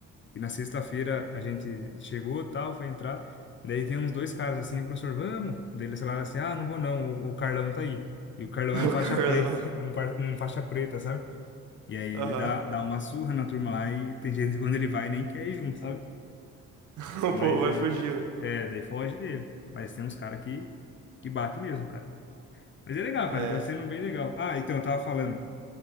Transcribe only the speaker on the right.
O
Carlão.
Aham.
<laughs> O
povo vai
fugindo.
É.